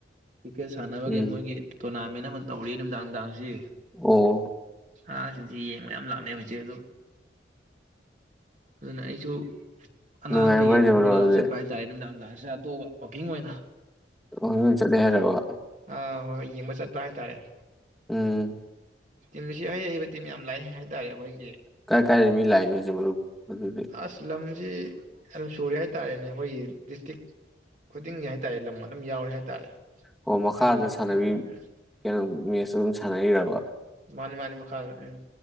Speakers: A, on the right; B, in the centre.
A: ꯀꯔ꯭ꯤꯛꯀꯦꯠ ꯁꯥꯟꯅꯕꯒꯤ
B: ꯎꯝ
A: ꯃꯣꯏꯒꯤ ꯇꯣꯅꯥ ꯃꯦꯟ ꯑꯃ ꯇꯧꯔꯤ ꯅꯨꯡꯗꯥꯡ ꯅꯨꯡꯗꯥꯡꯁꯤ
B: ꯑꯣ꯫
A: ꯑꯉꯥꯡ ꯖꯤꯡꯗꯤ ꯌꯦꯡꯕ ꯌꯥꯝ ꯂꯥꯛꯅꯩ ꯍꯧꯖꯤꯛ ꯑꯗꯨ ꯑꯗꯨꯅ ꯑꯩꯁꯨ ꯑꯉꯥꯡ
B: ꯅꯨꯡꯉꯥꯏꯕ꯭ꯔꯣ
A: ꯀꯩꯀꯩ
B: ꯍꯥꯏꯁꯦ
A: ꯇꯨꯝꯃꯒ
B: ꯃꯔꯨꯞ ꯑꯗꯨꯗꯤ
A: ꯆꯠꯄ ꯍꯥꯏꯇꯥꯔꯦ ꯃꯤꯗꯥꯡ ꯆꯥꯇꯣꯑꯒ ꯋꯥꯛꯀꯤꯡ ꯑꯣꯏꯅ
B: ꯑꯣ ꯆꯠꯂꯦ ꯍꯥꯏꯔꯕ?
A: ꯑ ꯍꯣꯏ - ꯍꯣꯏ ꯌꯦꯡꯕ ꯆꯠꯄ ꯍꯥꯏꯇꯥꯔꯦ꯫
B: ꯎꯝ꯫
A: ꯇꯤꯝꯁꯤ ꯑꯍꯩ- ꯍꯩꯕ ꯇꯤꯝ ꯌꯥꯝ ꯂꯥꯛꯑꯦ ꯍꯥꯏꯇꯥꯔꯦ ꯑꯩꯈꯣꯏꯒꯤ
B: ꯀꯥꯏ- ꯀꯥꯏꯗꯦꯏ ꯃꯤ ꯂꯥꯛ ꯏꯅꯣ ꯍꯥꯏꯖꯤꯕꯨ ꯃꯔꯨꯞ? ꯑꯗꯨꯗꯤ
A: ꯑꯁꯂꯝ ꯁꯤ ꯑꯗꯨꯝ ꯁꯨꯔꯦ ꯍꯥꯏꯇꯥꯔꯦꯅꯦ ꯑꯩꯈꯣꯏꯒꯤ ꯗꯤꯁꯇ꯭ꯔꯤꯛ ꯈꯨꯗꯤꯡꯒꯤ ꯍꯥꯏꯇꯥꯔꯦ ꯂꯝ ꯑꯗꯨꯝ ꯌꯥꯎꯔꯦ ꯍꯥꯏꯇꯥꯔꯦ꯫
B: ꯑꯣ ꯃꯈꯥꯗ
A: ꯑꯍꯩꯕ
B: ꯁꯥꯟꯅꯕꯤ
A: ꯎꯝ
B: ꯀꯩꯅꯣ ꯃꯦꯠꯁ ꯑꯗꯨꯝ ꯁꯥꯟꯅꯩꯔꯕ?
A: ꯃꯥꯅꯦ - ꯃꯥꯅꯦ ꯃꯈꯥꯗ꯫ ꯎꯝ